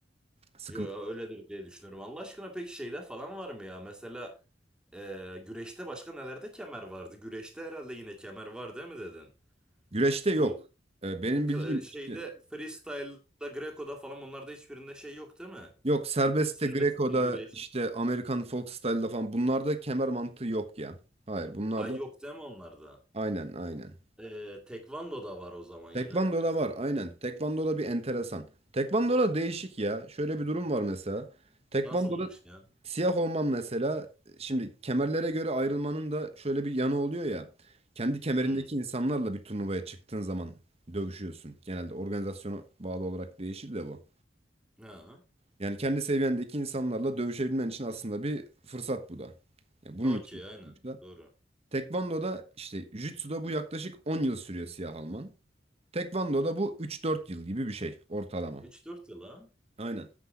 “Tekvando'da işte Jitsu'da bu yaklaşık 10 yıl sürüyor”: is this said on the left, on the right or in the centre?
Right